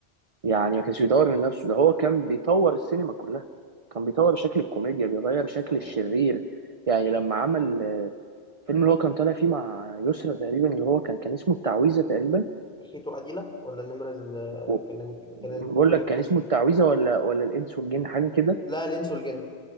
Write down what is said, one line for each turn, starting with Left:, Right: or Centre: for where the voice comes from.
Right: يعني ما كانش بيطور من نفسه ده هو كان بيطور السينما كلها كان بيطور شكل الكوميديا بيغير شكل
Centre: فانت
Right: الشرير يعني لما عمل الفيلم اللي هو كان طالع فيه مع يسرا تقريبا اللي هو كان كان اسمه التعويذة تقريبا
Centre: خيتو عديلة ولا النمرة ال
Right: و-
Centre: كان كان
Right: بقول
Centre: حاجة-
Right: لك كان
Centre: كانت
Right: اسمه
Centre: في حاجة
Right: التعويذة ولا ولا الإنس والجن حاجة كده
Centre: لا الإنس والجن